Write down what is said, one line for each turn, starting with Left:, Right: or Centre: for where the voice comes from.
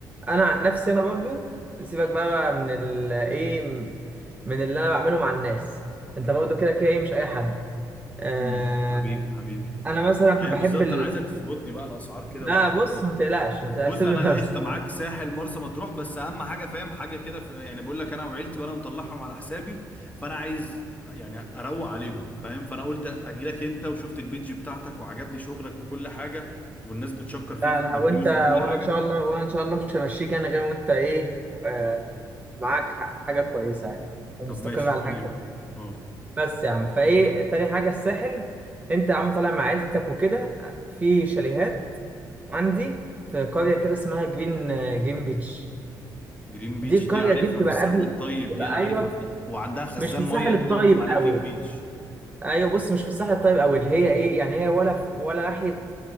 Right: انا عن نفسي انا برضه سيبك بقى من ال ايه من اللي انا بعمله مع الناس انت برضه كده كده ايه مش اي حد آه
Left: امم حبيبي حبيبي
Right: انا مثلا بحب
Left: ايوه بالظبط
Right: ال...
Left: انا عايزك تظبطني بقى الاسعار كده
Right: لا
Left: وتظبطني
Right: بص ما تقلقش ما تقلقش
Left: بص
Right: سيب
Left: انا
Right: لنفسك
Left: قشطه معاك ساحل مرسى مطروح بس اهم حاجه فاهم حاجه كده في- يعني بقول لك انا وعيلتي وانا مطلعهم على حسابي فانا عايز يعني اروق عليهم فاهم فانا قلت اجي لك انت وشفت البيج بتاعتك وعجبني شغلك وكل حاجه والناس بتشكر فيك
Right: لا
Left: في
Right: لا
Left: الريفيوز
Right: وانت وانا
Left: وكل حاجه
Right: ان شاء الله وانا ان شاء الله مش همشيك انا غير وانت ايه آه معاك حاجه كويسه يعني ومستقر
Left: طب ماشي
Right: على
Left: قول
Right: حاجه
Left: لي بقى اه
Right: بس يا عم فايه تاني حاجه الساحل انت يا عم طالع مع عيلتك وكده في شاليهات عندي في قريه كده اسمها جرين جيم بيتش
Left: جرين بيتش
Right: دي القريه
Left: دي عارفها
Right: دي بتبقى
Left: في الساحل
Right: قبل
Left: الطيب
Right: بتبقى
Left: دي انا
Right: ايوه
Left: عارفها في ال- وعندها خزان
Right: مش في الساحل
Left: ميه كده
Right: الطيب
Left: مكتوب عليه جرين
Right: قوي
Left: بيتش
Right: ايوه بص مش في الصح الطيب او اللي هي ايه يعني هي ولا في ولا ناحيه